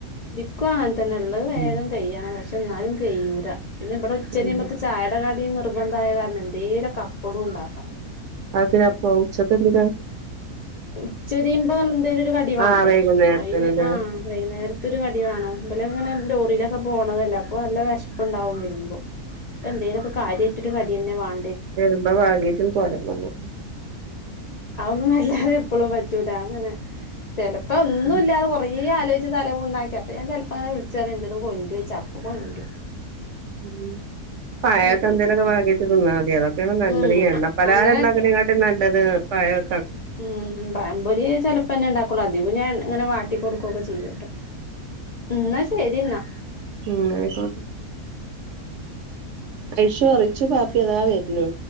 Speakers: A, on the left; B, on the right.
A: ഇക്കും അങ്ങനെ തന്നെ ള്ളെ വേഗം
B: ഉം
A: കയ്യ പക്ഷെ എന്നാലും ചെയ്യൂല പിന്നെ ഇബടെ ഉച്ചരിയുമ്പോതിന്
B: ഉം
A: ചായയുടെ കടി നിർ നിർബന്ധായ കാരണം എന്തേലും അപ്പളും ഇണ്ടാക്കാം
B: അതിനപ്പോ ഉച്ചക്ക് എന്തിനാ
A: ഉച്ചരിയുമ്പോ എന്തേലും ഒരു കടി വാണ്ടേ
B: ആഹ് വൈകുന്നേരത്തിനല്ലേ
A: അയിന് ആ വൈകുന്നേരത്തൊരു കടി വാണം ഇവരങ്ങനെ ലോറിലാ പോണതല്ലേ അപ്പൊ നല്ല വെശ്പ്പ്ണ്ടാവും വരുമ്പോ അപ്പന്തേലൊക്കെ കാര്യയിട്ടൊരു കടി തന്നെ വാണ
B: വരുമ്പോ വാങ്ങീട്ടും പോരാ പറഞ്ഞ
A: ഒന്നുല്ലാതെ എപ്പളും പറ്റൂലാ അങ്ങനെ ചെലപ്പോ ഒന്നും
B: ഉം
A: ഇല്ലാതെ കൊറേ ആലോചി ച്ച് തല പുണ്ണാക്കി അപ്പം ഞൻ ചെലപ്പങ്ങനെ വിളിച്ചറിം എന്തേലും കൊണ്ടരൊയിച്ചും അപ്പൊ കൊണ്ടരും
B: ഉം പയൊക്കെ
A: ആയിട്ട്
B: എന്തേലും വാങ്ങിട്ട് തിന്നാൽ മതി അ <unintelligible> ഏറ്റവും നല്ലത്
A: ഉം
B: ഈ എണ്ണപ്പലഹാരം
A: അങ്ങനെയൊക്കെ
B: ഇണ്ടാക്കുന്നതിനാട്ടിലും നല്ലത് പഴം
A: ഉം പഴംപൊരി ചെപ്പോന്നെ ഇണ്ടാക്കൊള്ളു അധികും ഞാൻ അങ്ങനെ വാട്ടി കൊടുക്കൊക്കെ ചെയ്യൂ ട്ടോ ന്നാ ശരി ന്നാ
B: ഉം ആയിക്കോട്ടെ ആയിശോ റിച്ചും കാക്കിം അതാ വരുന്നു